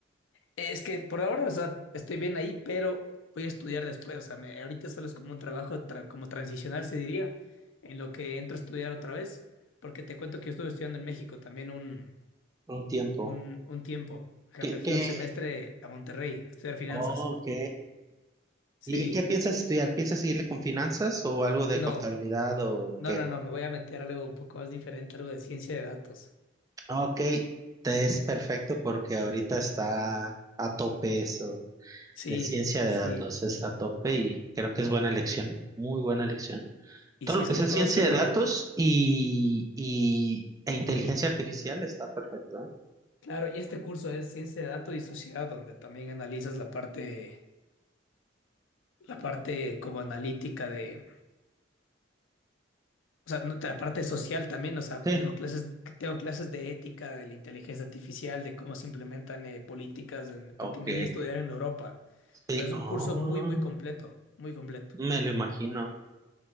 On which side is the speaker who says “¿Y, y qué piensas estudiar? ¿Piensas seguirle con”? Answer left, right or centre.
Right